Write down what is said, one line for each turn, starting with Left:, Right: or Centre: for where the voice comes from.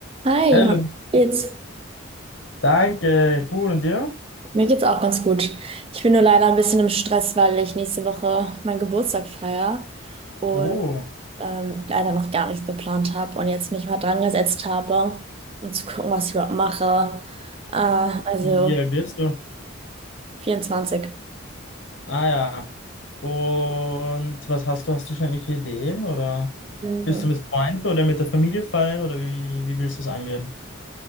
Right: Hi,
Left: Hallo,
Right: Johann. Wie Geht's?
Left: danke, gut und dir?
Right: Mir geht's auch ganz gut. Ich bin nur leider ein bisschen im Stress, weil ich nächste Woche meinen Geburtstag feiere und
Left: Oh,
Right: ähm, leider noch gar nichts geplant habe und jetzt mich mal dran gesetzt habe, um zu gucken, was ich überhaupt mache. Äh, also
Left: wie, wie alt bist du?
Right: 24.
Left: Ah ja, und was hast du? Hast du schon irgendwelche Ideen oder
Right: Mhm.
Left: bist du mit Freunden oder mit der Familie feiern oder wie, wie willst du das angehen?